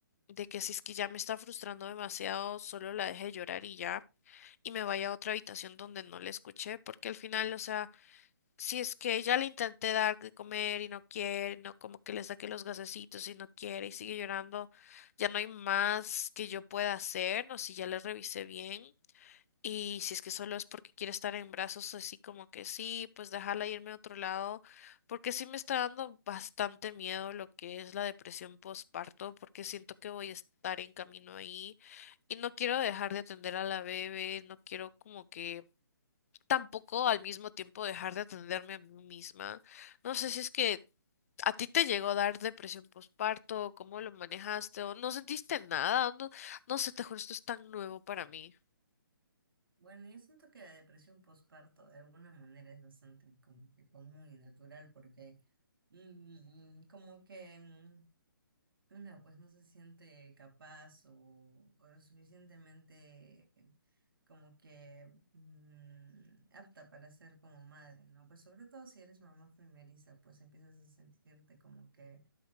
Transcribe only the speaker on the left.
de que si es que ya me está frustrando demasiado, solo la deje llorar y ya, y me vaya a otra habitación donde no le escuché, porque al final, o sea... Si es que ya le intenté dar de comer y no quiere, no como que le saqué los gasecitos y no quiere y sigue llorando, ya no hay más que yo pueda hacer, no si ya le revisé bien y si es que solo es porque quiere estar en brazos así como que sí, pues déjala irme a otro lado, porque sí me está dando bastante miedo lo que es la depresión postparto, porque siento que voy a estar en camino ahí y no quiero dejar de atender a la bebé, no quiero como que tampoco al mismo tiempo dejar de atenderme a mí misma. No sé si es que a ti te llegó a dar depresión postparto, cómo lo manejaste, o no sentiste nada, no, no sé, te juro, esto es tan nuevo para mí.